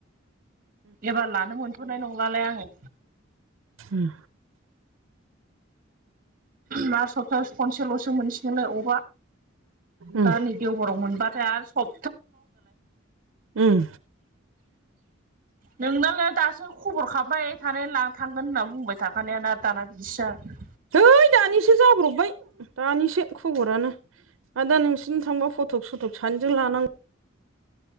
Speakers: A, on the right (about 45°); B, on the right (about 85°).
A: एबार लानो मोनथ'नाय नंलालाय आङो।
B: उम
A: मा सप्तायाव खनसेल'सो मोनसिगोननो
B: उम
A: दा नै देवबाराव मोनबाथाय आरो सब
B: उम।
A: नोंनालाय दासो खबर खाबाय थनाय ला थांगोन होनना बुंबाय थाखानायानो दाना बिदिसो जाबाय
B: है दानिसो जाब्रबबाय दानिसो खबरानो आदा नोंसिनि थांबा फटक सटक सानैजों लानांगौ।